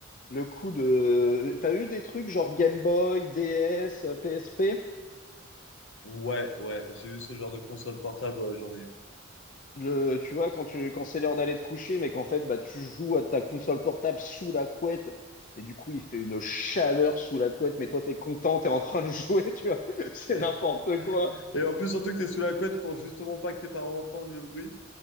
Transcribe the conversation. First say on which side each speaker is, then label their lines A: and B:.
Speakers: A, on the left (about 40°); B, on the left (about 65°).
A: le coup de... T'as eu des trucs genre Game Boy, DS, PSP?
B: Ouais, ouais, j'ai vu ce genre de console portable, ouais, j'en ai vu.
A: Le, tu vois, quand tu, quand c'est l'heure d'aller te coucher, mais qu'en fait, bah, tu joues à ta console portable sous la couette, et du coup, il fait une chaleur sous la couette, mais toi, t'es content, t'es en train de jouer, <laughs> tu vois. C'est
B: <laughs>
A: n'importe quoi.
B: Et en plus, surtout que t'es sous la couette pour justement pas que tes parents entendent le bruit.